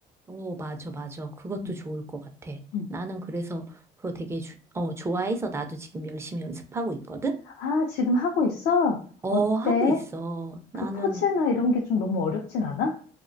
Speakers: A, on the right; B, on the left.
A: 오, 맞아, 맞아. 그것도
B: 음,
A: 좋을 것 같아.
B: 음.
A: 나는 그래서 그거 되게 주- 어, 좋아해서 나도 지금 열심히 연습하고 있거든?
B: 아, 지금 하고 있어?
A: 어,
B: 어때?
A: 하고 있어. 나는,
B: 그 포즈나 이런 게 좀 너무 어렵진 않아?